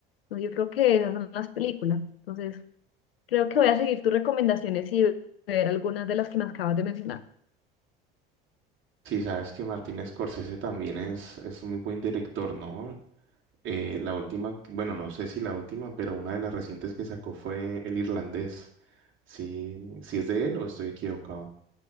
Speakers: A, on the left; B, on the right.
A: Entonces, yo creo que esas son las películas. Entonces creo que voy a seguir tus recomendaciones y ver algunas de las que me acabas de mencionar.
B: Sí, sabes que Martin Scorsese también es, es un muy buen director, ¿no? Eh, la última, bueno, no sé si la última, pero una de las recientes que sacó fue El Irlandés. Sí, sí es de él o estoy equivocado.